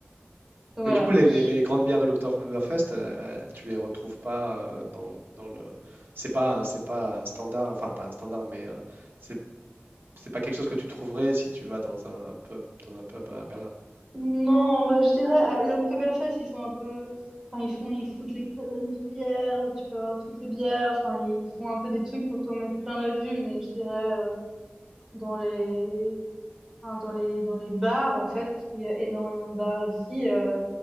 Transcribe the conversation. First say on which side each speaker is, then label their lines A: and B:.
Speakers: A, on the right; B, on the right.
A: voilà.
B: Mais du coup, les,
A: Je-
B: les- les grandes bières de l'Oktoberfest, euh, euh, tu les retrouves pas euh, dans, dans le. C'est pas, c'est pas un standard, enfin pas un standard, mais euh, c'est C'est pas quelque chose que tu trouverais si tu vas dans un pub dans un pub à Berlin?
A: Non, bah, je dirais, à l'Oktoberfest, ils font un peu, enfin, ils font, ils foutent les colonnes de bière où tu peux avoir toutes les bières. Enfin, ils font un peu des trucs pour t'en mettre plein la vue, mais je dirais, euh, dans les, enfin, dans les, dans les bars, en fait, parce qu'il y a énormément de bars ici, euh,